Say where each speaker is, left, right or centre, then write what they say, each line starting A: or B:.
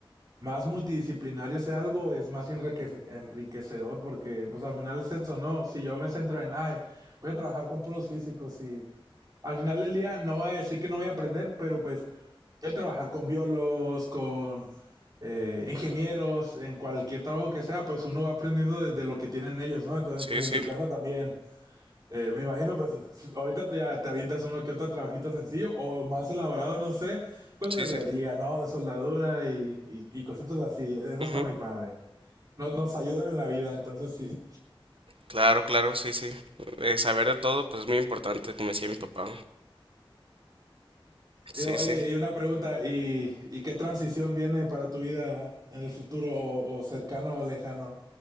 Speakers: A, on the right; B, on the right.
A: más multidisciplinario sea algo, es más enrique- enriquecedor porque pues al final es eso, ¿no? Si yo me centro en, ay, voy a trabajar con puros físicos y al final del día no voy a decir que no voy a aprender, pero pues el trabajar con biólogos, con eh, ingenieros, en cualquier trabajo que sea, pues uno va aprendiendo de, de lo que tienen ellos, ¿no? Entonces,
B: Sí,
A: pues
B: sí,
A: en tu caso también, eh, me imagino, pues ahorita te, te avientas uno que otro trabajito sencillo o más elaborado, no sé, pues
B: sí,
A: de herrería,
B: sí.
A: ¿no? De soldadura y, y, y cositas así. Eso
B: ujú,
A: está muy padre. Nos, nos ayudan en la vida, entonces sí.
B: Claro, claro, sí, sí. Eh, saber de todo, pues es muy importante, como decía mi papá. Sí,
A: Y, oye,
B: sí.
A: y una pregunta, ¿y, y qué transición viene para tu vida en el futuro o, o cercano o lejano?